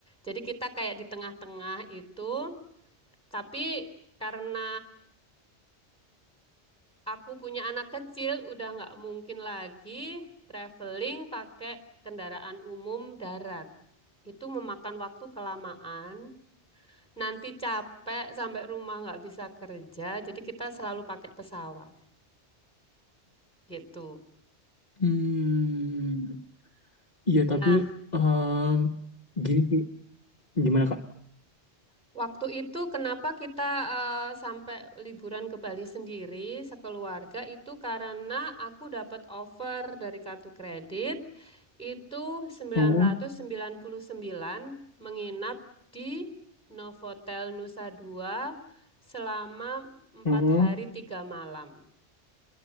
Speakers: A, in the centre; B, on the left (about 40°).
A: Jadi kita kayak di tengah-tengah itu, tapi karena aku punya anak kecil, udah nggak mungkin lagi traveling pakai kendaraan umum darat. Itu memakan waktu kelamaan, nanti capek sampai rumah nggak bisa kerja, jadi kita selalu pakai pesawat gitu.
B: Hmm. Iya
A: Nah,
B: tapi em, gini sih Gimana Kak?
A: Waktu itu kenapa kita eh, sampai liburan ke Bali sendiri sekeluarga itu karena aku dapat offer dari kartu kredit itu 999
B: Heeh,
A: menginap di Novotel Nusa Dua selama empat
B: heeh.
A: hari tiga malam.